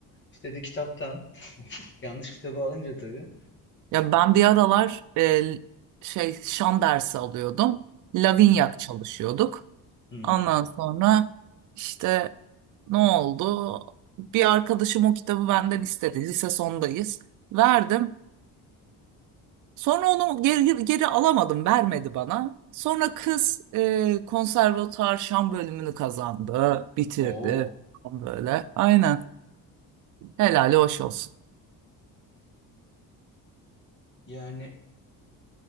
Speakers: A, on the left (about 30°); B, on the right (about 55°).
A: İşte dedi kitaptan. Yanlış kitabı alınca tabii.
B: Ya ben bir aralar e, şey şan dersi alıyordum. Lavinyak
A: Hı hı.
B: çalışıyorduk.
A: Hmm.
B: Ondan sonra işte ne oldu? Bir arkadaşım o kitabı benden istedi. Lise sondayız. Verdim. Sonra onu geri, geri alamadım. Vermedi bana. Sonra kız e, konservatuar şan bölümünü kazandı. Bitirdi.
A: Oo.
B: Böyle. Aynen. Helali hoş olsun.
A: Yani